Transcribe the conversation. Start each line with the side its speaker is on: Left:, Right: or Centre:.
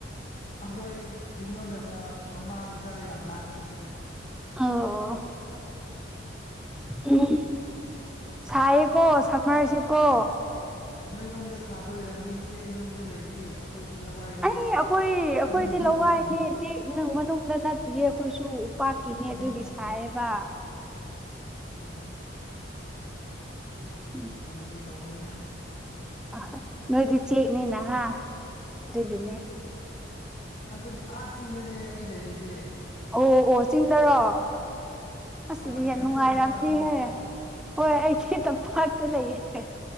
Left: ꯑꯍꯣꯏ ꯌꯨꯝꯂꯣꯟꯅꯕ ꯃꯃꯥ ꯃꯆꯥ ꯌꯥꯝ ꯂꯥꯡꯉꯦ ꯁꯤꯗ <inaudible>
Centre: ꯑꯣ ꯎꯝ ꯁꯥꯏꯌꯦꯀꯣ ꯁꯝꯃ꯭ꯔꯁꯤ ꯀꯣ
Left: ꯅꯣꯏꯔꯣꯝꯗ ꯁꯥꯕ ꯑꯣꯏꯔꯝꯅꯤ ꯆꯦꯛ ꯃꯅꯨꯡꯗ ꯂꯩꯕꯒꯤ ꯈꯣꯏꯗꯤ ꯂꯋꯥꯏꯅꯤꯅ
Centre: ꯑꯩ ꯑꯩꯈꯣꯏ ꯑꯩꯈꯣꯏꯗꯤ
Left: ꯑꯗꯨꯝ ꯌꯥꯝ
Centre: ꯂꯋꯥꯏꯅꯦ
Left: ꯅꯨꯡꯉꯥꯏꯌꯦ
Centre: ꯆꯦꯛ ꯅꯨꯡ ꯃꯅꯨꯡꯗ ꯅꯠꯇꯤꯌꯦ ꯈꯣꯏꯁꯨ ꯎꯄꯥꯛꯀꯤꯅꯦ
Left: ꯑꯣ
Centre: ꯑꯗꯨꯒꯤ
Left: ꯍꯣ ꯍꯣꯏ
Centre: ꯁꯥꯏꯌꯦꯕ
Left: ꯍꯣꯏ ꯍꯣꯏ <inaudible>
Centre: ꯎꯝ
Left: ꯐꯥꯒꯤ ꯇꯧꯕꯅꯤꯗ
Centre: ꯑ ꯅꯣꯏꯗꯤ ꯆꯦꯛꯅꯤꯅ ꯍꯥ ꯑꯗꯨꯒꯤꯅꯦ
Left: ꯑꯈꯣꯏꯗꯤ ꯑꯥꯆꯤꯡꯗꯅꯦ ꯑꯩ ꯂꯩꯔꯤꯖꯦ
Centre: ꯑꯣ ꯑꯣ ꯆꯤꯡꯗꯔꯣ ꯑꯁꯤꯗꯤ
Left: ꯍꯣꯏ ꯅꯪꯗꯤ
Centre: ꯅꯨꯡꯉꯥꯏꯔꯝꯅꯤꯍꯦ
Left: ꯇꯝꯄꯥꯛꯇ ꯅꯠꯇ꯭ꯔꯣ
Centre: ꯍꯣꯏ ꯑꯩꯗꯤ ꯇꯝꯄꯥꯛꯇ ꯂꯩꯌꯦ